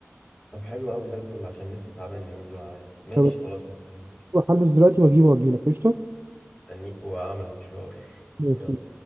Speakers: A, on the left; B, on the right.
A: طب حلو قوي زي الفل عشان النت تعبان اليومين دول معايا ماشي
B: طب
A: خلاص مستنيك
B: هلبس دلوقتي واجيبه واجيلك قشطه
A: مستنيك واعمل فشار
B: ماشي
A: يلا